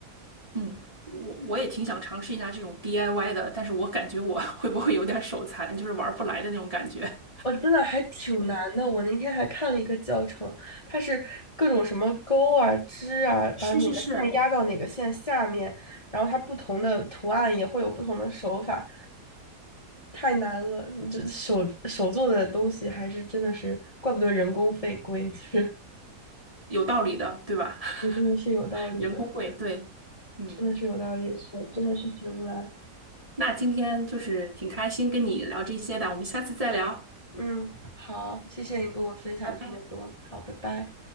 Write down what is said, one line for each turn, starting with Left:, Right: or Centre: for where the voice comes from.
Right: 嗯，我我也挺想尝试一下这种 DIY 的，但是我感觉我 <laughs> 会不会有点儿手残，就是玩儿不来的那种感觉。
Left: 我真的还挺难的。
Right: 嗯，
Left: 我那天还看了一个教程，它是各种什么钩啊、织啊，
Right: 是是是，
Left: 把哪个线压到哪个线下面，然后它不同的图案也会有不同的手法，太难了。这手手做的东西还是真的是，怪不得人工费贵，<laughs> 就是
Right: 有道理的，对吧？
Left: 也真的是有道理的，
Right: <laughs> 人工贵，对，嗯。
Left: 真的是有道理，学真的是学不来。
Right: 那今天就是挺开心跟你聊这些的，我们下次再聊，
Left: 嗯，好，谢谢你跟我分享这么多，
Right: 拜拜。
Left: 好，拜拜。